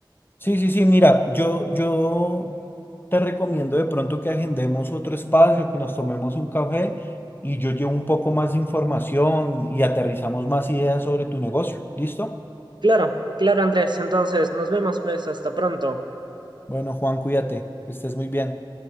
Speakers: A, on the left; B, on the right.
A: Sí, sí, sí, mira, yo, yo te recomiendo de pronto que agendemos otro espacio, que nos tomemos un café y yo llevo un poco más de información y aterrizamos más ideas sobre tu negocio. ¿Listo?
B: Claro, claro, Andrés. Entonces, nos vemos pues hasta pronto.
A: Bueno, Juan, cuídate, que estés muy bien.